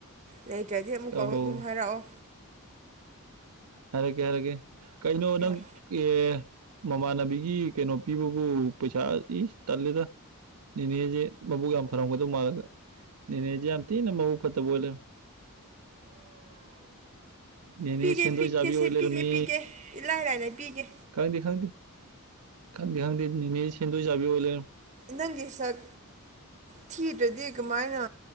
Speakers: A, on the right; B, on the right.
A: ꯂꯩꯇ꯭ꯔꯗꯤ ꯑꯃꯨꯛ ꯀꯧꯔꯛꯑꯣ
B: ꯑꯧ
A: ꯑꯗꯨꯝ ꯍꯥꯏꯔꯛꯑꯣ
B: ꯍꯥꯏꯔꯛꯀꯦ ꯍꯥꯏꯔꯛꯀꯦ ꯀꯩꯅꯣ
A: ꯍꯣꯏ
B: ꯅꯪ ꯑꯦ ꯃꯃꯥꯟꯅꯕꯤꯒꯤ ꯀꯩꯅꯣ ꯄꯤꯕꯕꯨ ꯄꯩꯁꯥ ꯏꯁ ꯇꯜꯂꯦꯗ ꯅꯦꯅꯦꯖꯦ ꯃꯕꯨꯛ ꯌꯥꯝ ꯐꯔꯝꯒꯗꯧ ꯃꯥꯜꯂꯒ ꯅꯦꯅꯦꯖꯦ ꯌꯥꯝ ꯊꯤꯅ ꯃꯕꯨꯛ ꯐꯠꯇꯕ ꯑꯣꯏ ꯂꯩꯔꯝꯃꯦ ꯅꯦꯅꯦ
A: ꯄꯤꯒꯦ
B: ꯁꯦꯟꯗꯣꯏ
A: ꯄꯤꯒꯦ
B: ꯆꯥꯕꯤ ꯑꯣꯏ
A: ꯁꯦ
B: ꯂꯩꯔꯝꯃꯦ
A: ꯄꯤꯒꯦ ꯄꯤꯒꯦ ꯏꯂꯥꯏ ꯂꯥꯏꯅ ꯄꯤꯒꯦ
B: ꯈꯪꯗꯦ ꯈꯪꯗꯦ ꯈꯪꯗꯦ ꯈꯪꯗꯦ ꯅꯦꯅꯦꯖꯦ ꯁꯦꯟꯗꯣꯏ ꯆꯥꯕꯤ ꯑꯣꯏ ꯂꯩꯔꯝꯃꯦ
A: ꯅꯪꯒꯤ ꯁꯛ ꯊꯤꯗ꯭ꯔꯗꯤ ꯀꯃꯥꯏꯅ